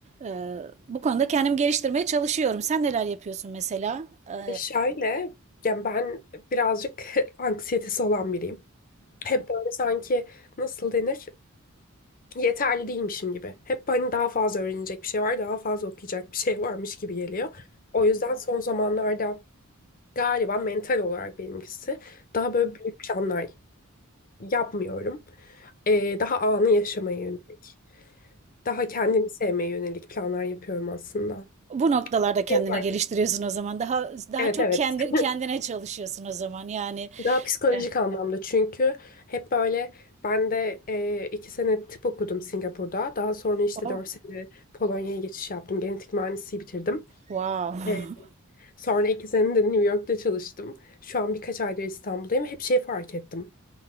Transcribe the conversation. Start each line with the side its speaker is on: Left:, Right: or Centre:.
Right: e, bu konuda kendimi geliştirmeye çalışıyorum. Sen neler yapıyorsun mesela? E,
Left: E şöyle, yani ben birazcık <laughs> anksiyetesi olan biriyim. Hep böyle sanki nasıl denir? yeterli değilmişim gibi. Hep hani daha fazla öğrenecek bir şey var, daha fazla okuyacak bir şey varmış gibi geliyor. O yüzden son zamanlarda galiba mental olarak benimkisi daha böyle büyük planlar yapmıyorum. Ee, daha anı yaşamaya yönelik, daha kendimi sevmeye yönelik planlar yapıyorum aslında.
Right: bu noktalarda kendini
Left: Şey fark
Right: geliştiriyorsun
Left: ettim.
Right: o zaman. Daha daha
Left: Evet
Right: çok
Left: evet.
Right: kendi
Left: <laughs>
Right: kendine çalışıyorsun o zaman. Yani
Left: Daha psikolojik
Right: e,
Left: anlamda çünkü hep böyle ben de e, iki sene tıp okudum Singapur'da. Daha sonra işte
Right: Oh,
Left: dört sene Polonya'ya geçiş yaptım. Genetik mühendisliği bitirdim.
Right: Wow.
Left: E, Sonra iki sene de New York'ta çalıştım. Şu an birkaç aydır İstanbul'dayım. Hep şey fark ettim.